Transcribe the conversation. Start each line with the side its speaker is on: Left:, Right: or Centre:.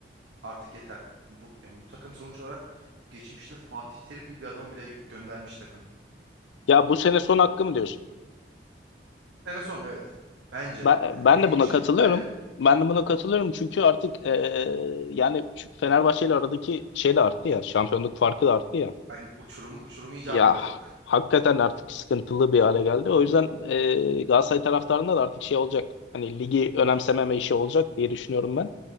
Right: Artık yeter. Bu, yani bu takım sonuç olarak geçmişte Fatih Terim gibi bir adamı bile göndermiş takım.
Left: Ya bu sene son hakkı mı diyorsun?
Right: Sene son evet. Bence
Left: Ben,
Right: yani
Left: ben
Right: benim
Left: de buna
Right: için
Left: katılıyorum.
Right: öyle.
Left: Ben de buna katılıyorum çünkü artık eee, yani şu Fenerbahçe ile aradaki şey de arttı ya. Şampiyonluk farkı da arttı ya.
Right: Aynı uçurum uçurum iyice
Left: Ya
Right: arttı.
Left: hakikaten artık sıkıntılı bir hale geldi. O yüzden eee Galatasaray taraftarında da artık şey olacak. Hani ligi önemsememe işi olacak diye düşünüyorum ben.